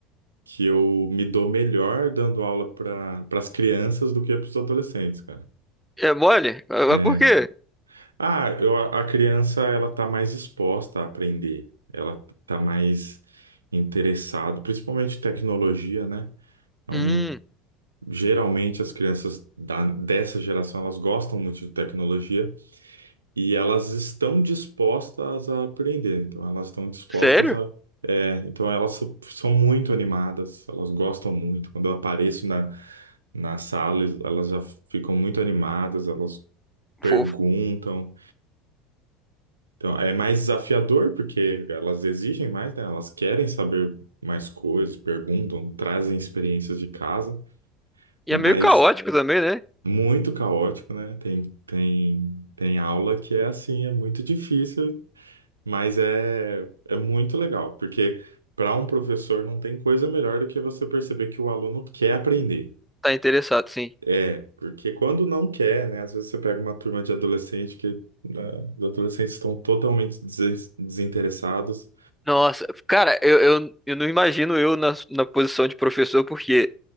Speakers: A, on the right; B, in the centre.
A: que eu me dou melhor dando aula para as crianças do que para os adolescentes, cara.
B: É mole? Ah, Mas
A: É.
B: por quê?
A: Ah, eu, a criança ela tá mais exposta a aprender, ela tá mais interessada, principalmente tecnologia, né? Então,
B: Hum.
A: geralmente as crianças da, dessa geração elas gostam muito de tecnologia. E elas estão dispostas a aprender, então elas estão dispostas
B: Sério?
A: a. É, então elas so- são muito animadas, elas gostam muito. Quando eu apareço na, na sala, elas já ficam muito animadas, elas perguntam.
B: Fofo.
A: Então é mais desafiador, porque elas exigem mais, né? Elas querem saber mais coisas, perguntam, trazem experiências de casa,
B: E
A: mas
B: é meio caótico também, né?
A: muito caótico, né? Tem, tem, tem aula que é assim, é muito difícil Mas é, é muito legal, porque para um professor não tem coisa melhor do que você perceber que o aluno quer aprender.
B: Tá interessado, sim.
A: É, porque quando não quer, né? Às vezes você pega uma turma de adolescente que né, os adolescentes estão totalmente desen- desinteressados.
B: Nossa, cara, eu, eu, eu não imagino eu na, na posição de professor, porque